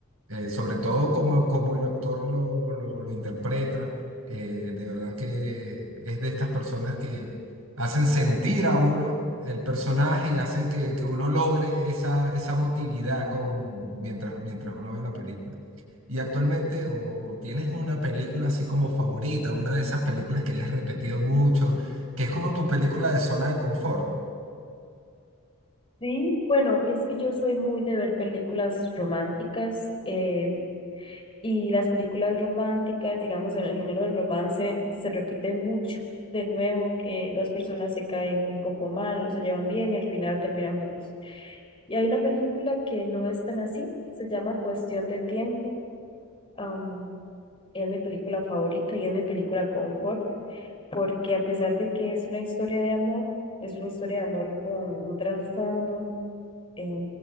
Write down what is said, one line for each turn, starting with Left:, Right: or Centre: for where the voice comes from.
Right: eh, sobre todo como, como el actor lo, lo lo interpreta eh, de verdad que es de estas personas que hacen sentir a uno el personaje y hacen que, que uno logre esa, esa emotividad con, mientras, mientras uno ve la película. Y actualmente, o, o tienes una película así como favorita, una de esas películas que hayas repetido mucho, que es como tu película de zona de confort.
Left: Sí, bueno, es que yo soy muy de ver películas románticas. eh, Y las películas románticas, digamos, en el género del romance, se repite mucho. De nuevo, que dos personas se caen un poco mal, no se llevan bien y al final terminan juntos. Y hay una película que no es tan así, se llama Cuestión de Tiempo. am, es mi película favorita y es mi película confort, porque a pesar de que es una historia de amor, es una historia de amor con un trasfondo em,